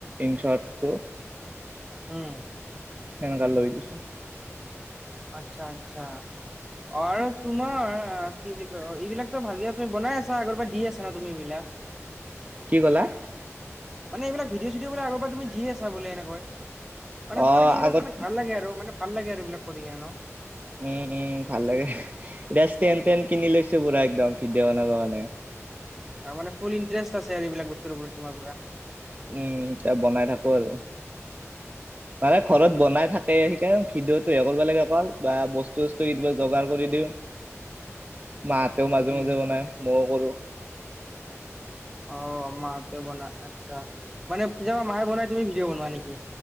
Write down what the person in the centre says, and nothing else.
উম
আচ্ছা আচ্ছা। অঁ আৰু তোমাৰ আ কি বুলি কয় অঁ এইবিলাকো ভালকে তুমি বনাই আছা আগৰ পৰা দি আছা না তুমি এইবিলাক। <unintelligible>
মানে এইবিলাক ভিডিঅ' চিডিঅ বিলাক আগৰ পৰা তুমি দি আছা বুলে এনে কয় মানে
তোমাৰ কি এইবিলাক
মানে ভাল লাগে আৰু মানে ভাল লাগে আৰু এইবিলাক কৰি কিনে ন
আৰু মানে ফুল ইণ্টাৰেষ্ট আছে এইবিলাক বস্তু তোমাৰ পৰা
আহ,
উম
অঁ মাহতেওঁ বনাই আচ্ছা মানে কেতিয়াবা মাহে বনাই তুমি ভিডিঅ' বনোৱা নেকি।